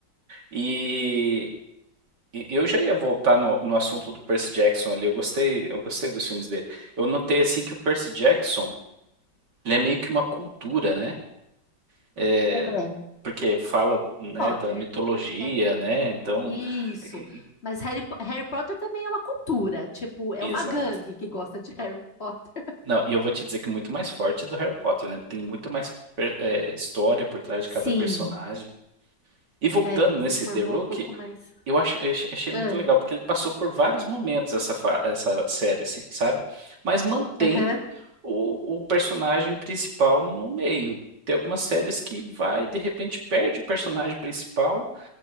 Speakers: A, on the right; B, on the left.
A: E, e eu já ia voltar no, no assunto do Percy Jackson ali. Eu gostei, eu gostei dos filmes dele. Eu notei assim que o Percy Jackson, ele é meio que uma cultura, né? É,
B: É.
A: porque fala, né,
B: Potter.
A: da mitologia,
B: É
A: né? Então,
B: isso.
A: e- e-
B: Mas Harry, Po- Harry Potter também é uma cultura. Tipo, é
A: exato.
B: uma gangue que gosta de <laughs> Harry Potter.
A: Não, e eu vou te dizer que é muito mais forte do Harry Potter, né? Tem muito mais per- é, história por trás de
B: Sim.
A: cada personagem. E voltando
B: É,
A: nesse
B: se formou
A: The Rookie,
B: um pouco mais.
A: eu acho eu ach- achei muito
B: Ah.
A: legal, porque ele passou por vários momentos essa, fa- essa série, assim, sabe? Mas mantém
B: Aham,
A: o, o personagem principal no meio. Tem algumas séries que vai, de repente, perde o personagem principal,